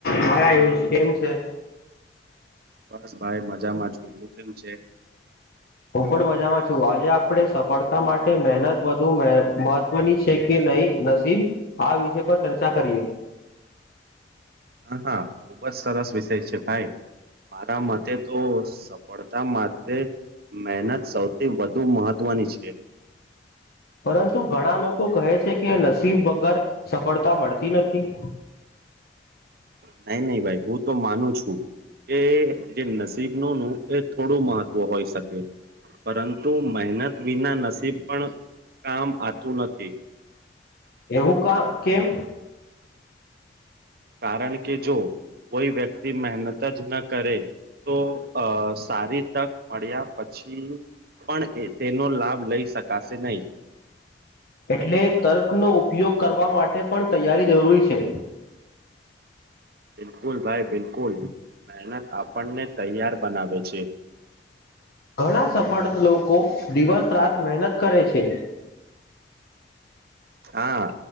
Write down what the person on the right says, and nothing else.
બસ ભાઈ મજામાં છું. તું કેમ છે?
હા હા ખુબ જ સરસ વિષય છે ભાઈ. મારા મતે તો સફળતા માટે મહેનત સૌથી વધુ મહત્વની છે.
નહી નહી ભાઈ હું તો માનુ છું. એ જે નસીબ નુ નુ એ થોડું મહત્વ હોઈ શકે. પરંતુ મહેનત વિના નસીબ પણ કામ આતુ નથી.
કારણ કે જો કોઈ વ્યક્તિ મહેનત જ ન કરે. તો અ સારી તક મળ્યા પછી પણ એ તેનો લાભ લઈ શકાશે નહી.
બિલકુલ ભાઈ બિલકુલ. મહેનત આપણને તૈયાર બનાવે છે.
હા